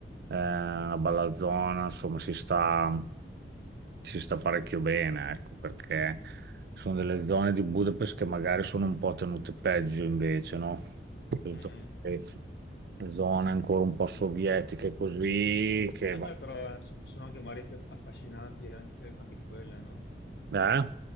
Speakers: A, on the right (about 60°); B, on the left (about 65°).
A: una bella zona, insomma, si sta, si sta parecchio bene, ecco, perché sono delle zone di Budapest che magari sono un po' tenute peggio invece, no? Cioè,
B: Mm.
A: Zone, le zone ancora un po' sovietiche così, che...
B: Eh
A: va-
B: beh, però eh, so- sono anche mari più affascinanti anche, anche quelle, no?
A: Eh?